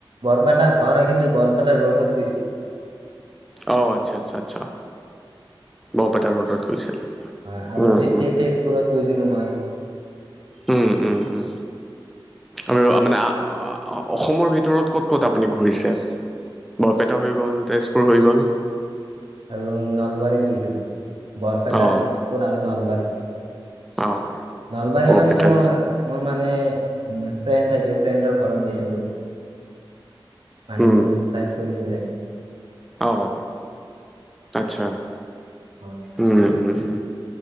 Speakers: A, on the right; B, in the centre.
A: বৰপেটা ঘৰ হয় কিন্তু বৰপেটা ৰোডত গৈছিলো মই।
B: অ আচ্ছা আচ্ছা আচ্ছা বৰপেটা ৰোডত গৈছিল।
A: হয় আৰু
B: উম
A: তে
B: উম
A: তেজপুৰত গৈছিলো মই
B: উম উম উম। আৰু মানে অসমৰ ভিতৰত ক'ত ক'ত আপুনি ঘূৰিছে? বৰপেটা হৈ গ'ল, তেজপুৰ হৈ গ'ল
A: আৰু নলবাৰীত গৈছিলো বৰপেটা
B: অ
A: তেজপুৰ আৰু নলবাৰীত।
B: অ
A: নলবাৰী
B: বৰপেটা
A: মানে মোৰ মোৰ মানে উ ফ্ৰেণ্ড থাকে ফ্ৰেণ্ডৰ ঘৰত গৈছিলো মানে
B: উম
A: মোক ইনভাইট কৰিছিল <unintelligible>
B: অ', আচ্ছা,
A: হয়
B: উ উ উ।